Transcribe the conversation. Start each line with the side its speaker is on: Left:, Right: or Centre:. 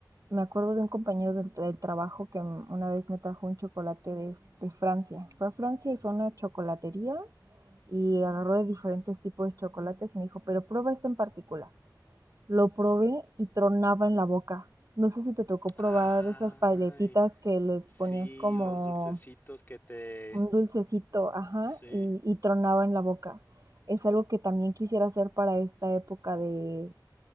Right: me acuerdo de un compañero del, del trabajo que una vez me trajo un chocolate de, de Francia. Fue a Francia y fue a una chocolatería y agarró de diferentes tipos de chocolates y me dijo, pero prueba este en particular. Lo probé y tronaba en la boca. No sé si te tocó probar
Left: Ay,
Right: esas paletitas que les
Left: sí,
Right: ponías como
Left: los dulcecitos que te...
Right: un dulcecito, ajá,
Left: Sí,
Right: y, y tronaba en la boca. Es algo que también quisiera hacer para esta época de,